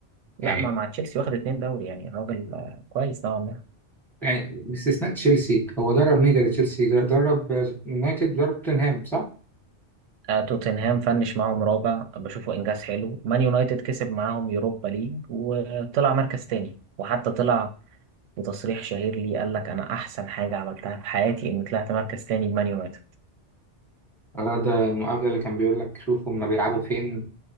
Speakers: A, on the right; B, in the centre.
A: لا
B: يعني
A: ما مع تشيلسي واخد اتنين دوري يعني الراجل آه، كويس نوعا ما
B: يعني باستثناء تشيلسي هو درب مين غير تشيلسي درب يونايتد درب توتنهام صح؟
A: آه، توتنهام فنش معاهم رابع بشوفه انجاز حلو مان يونايتد كسب معاهم يوروبا ليج وطلع مركز تاني وحتى طلع بتصريح شهير ليه قال لك انا احسن حاجه عملتها في حياتي اني طلعت مركز تاني بمان يونايتد
B: آه، ده المقابلة اللي كان بيقول لك شوفوا هما بيلعبوا فين